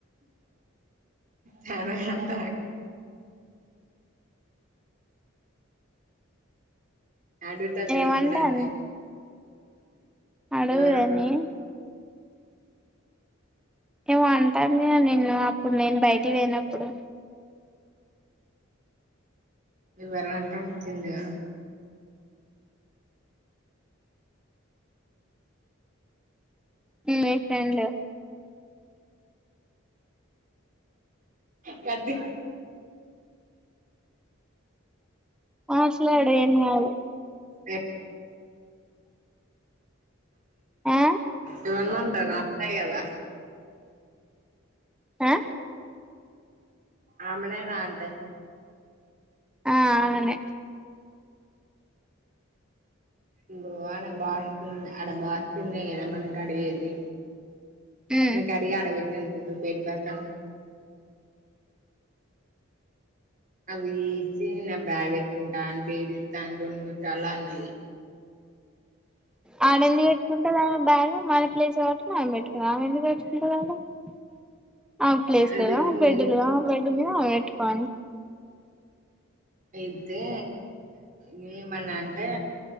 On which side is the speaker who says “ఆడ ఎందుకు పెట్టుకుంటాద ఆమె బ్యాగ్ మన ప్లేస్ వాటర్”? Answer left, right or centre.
Centre